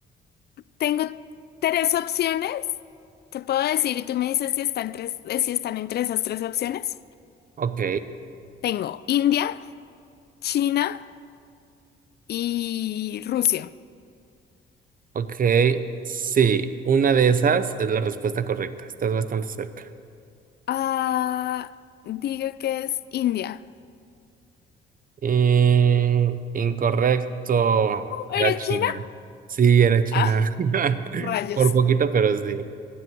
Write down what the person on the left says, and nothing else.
tengo tres opciones. Te puedo decir y tú me dices si están tres, eh, si están entre esas tres opciones.
Tengo India, China y Rusia.
Ah, diga que es India.
¿Era
China?
Ah,
rayos.